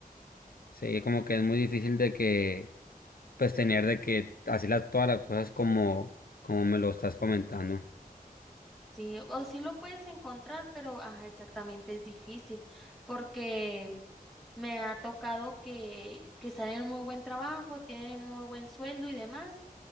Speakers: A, on the left; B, in the centre.
A: sí, como que es muy difícil de que, pues, tener de que, así las, todas las cosas como, como me lo estás comentando.
B: Sí, o sí lo puedes encontrar, pero ajá, exactamente es difícil porque Me ha tocado que, que están en muy buen trabajo, tienen muy buen sueldo y demás,